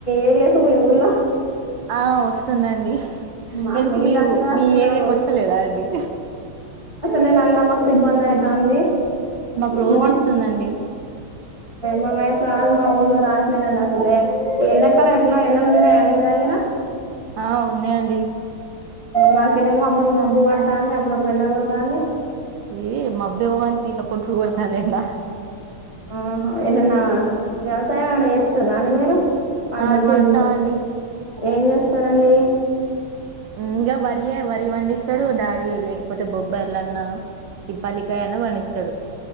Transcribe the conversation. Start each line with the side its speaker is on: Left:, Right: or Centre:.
Left: ఏరియాకు మీ ఊల్లో
Right: ఆ వస్తుందండి.
Left: మాకు
Right: ఎందుకు
Left: నీళ్ళు
Right: మీ
Left: అసలే
Right: ఊ మీ
Left: అసలు
Right: ఏరియాకోస్తలేదా అండి.
Left: నేనన్నా మస్తు ఇబ్బంది అయితంది
Right: మాకు రోజు
Left: మామిడికాయ
Right: వస్తుందండి
Left: మా వైఫ్ కాదు మా ఊర్లో రావాట్లేదండి అసలే ఎండాకాలంలో ఎట్లనో ఎండలు ఉన్నాయా అండి మీదగ్గర
Right: ఆ ఉన్నాయంండి
Left: మాకెళ్ళమో అప్పుడప్పుడు మబ్బు పడుతంది అప్పుడప్పుడు ఎండ కొడుతంది
Right: ఈ మబ్బేమోగానీ ఇంత కొట్టుడు కొడుతాంది ఏందిరా
Left: ఆహా ఏదన్నా వ్యవసాయం ఏమన్నా చేస్తారా మీరు పంటలు
Right: ఆ చేస్తామండి
Left: పండించ ఏం చేస్తరండి
Right: ఇంగా వరి పండిస్తాడు అది లేకపోతే బొబ్బార్లన్న ఈ పల్లికాయన్న పండిస్తాడు